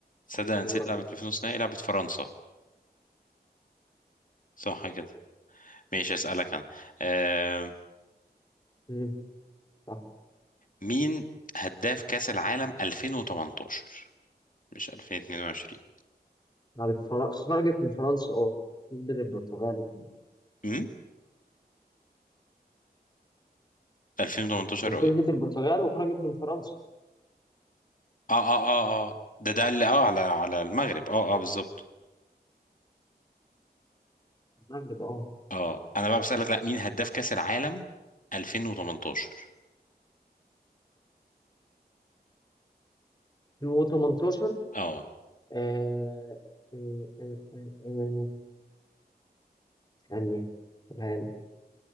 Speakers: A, on the left; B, on the left.
A: صدق أنا
B: دورك
A: نسيت لعبت
B: بقى
A: مين في نص نهائي لعبت فرنسا صح كده ماشي اسالك انا آه
B: مم. صح
A: مين هداف كاس العالم 2018 مش 2022
B: بعد فر- خرجت من فرنسا اه كسبت البرتغال
A: امم 2018
B: يعني كسبت
A: اه
B: البرتغال وخرجت من فرنسا
A: اه اه اه ده ده اللي اه على على المغرب اه اه بالظبط
B: المغرب اه
A: اه انا بقى بسالك لا مين هداف كاس العالم 2018
B: 2018
A: اه
B: آه، آه، آه، آه، آه، ثانية قولها لي.